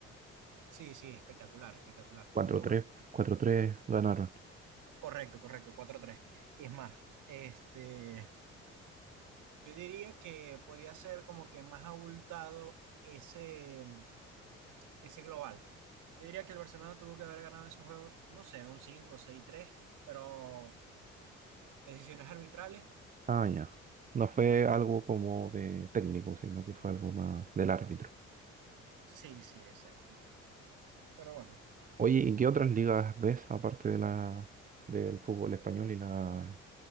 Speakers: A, on the right; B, on the right.
A: Sí, sí, espectacular, espectacular,
B: cuatro
A: tremendo
B: tres
A: juego.
B: cuatro tres ganaron.
A: Correcto, correcto, cuatro tres, Es más, este, yo diría que podía ser como que más abultado ese, ese global. Yo diría que el Barcelona tuvo que haber ganado ese juego, no sé, un cinco seis tres, pero decisiones arbitrales.
B: Ah, ya. No fue algo como de técnico, sino que fue algo más del árbitro.
A: Sí, sí, exactamente. Pero bueno.
B: Oye, ¿y qué otras ligas ves aparte de la del fútbol español y la,